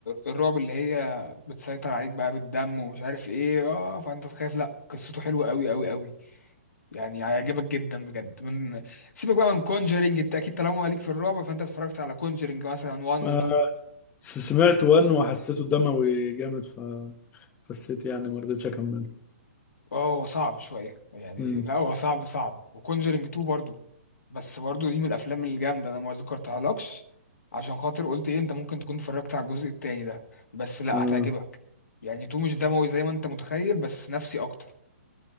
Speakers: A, on the left; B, on the left.
A: الرعب اللي هي بتسيطر عليك بقى بالدم ومش عارف ايه اه فانت تخاف لا قصته حلوه قوي قوي قوي يعني هيعجبك جدا بجد من سيبك بقى من كونجرينج انت اكيد طالما ليك في الرعب فانت اتفرجت على كونجرينج مثلا 1 و
B: آه،
A: 2
B: سمعت وان وحسيته دموي جامد ف فسيت يعني ما رضيتش أكمله
A: اه هو صعب شويه يعني
B: مم.
A: لا هو صعب صعب وكونجرينج 2 برضو بس برضو دي من الافلام الجامده انا ما ذكرتها لكش عشان خاطر قلت ايه انت ممكن تكون اتفرجت على الجزء التاني ده بس لا
B: آه،
A: هتعجبك يعني 2 مش دموي زي ما انت متخيل بس نفسي اكتر